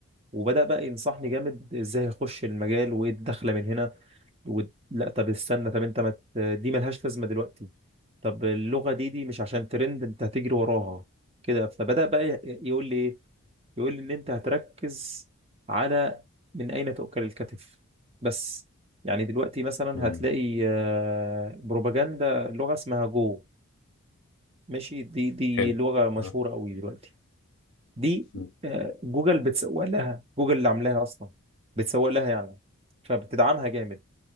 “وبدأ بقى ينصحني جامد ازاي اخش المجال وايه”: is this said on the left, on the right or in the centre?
Right